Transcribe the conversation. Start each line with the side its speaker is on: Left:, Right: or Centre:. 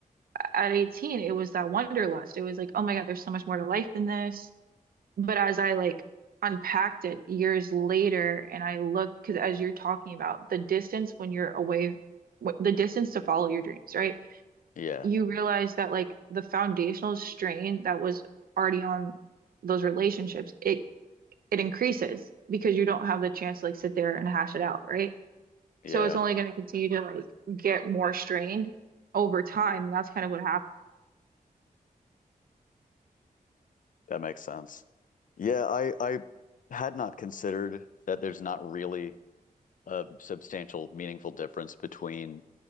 Right: at 18, it was that wanderlust. It was like, oh my God, there's so much more to life than this. But as I like unpacked it years later and I looked, because as you're talking about the distance when you're away, wh- the distance to follow your dreams, right?
Left: Yeah.
Right: You realize that like the foundational strain that was already on those relationships, it it increases because you don't have the chance to like sit there and hash it out, right?
Left: Yeah.
Right: So it's only going to continue to like get more strained over time. And that's kind of what happened.
Left: That makes sense. Yeah, I I had not considered that there's not really a substantial, meaningful difference between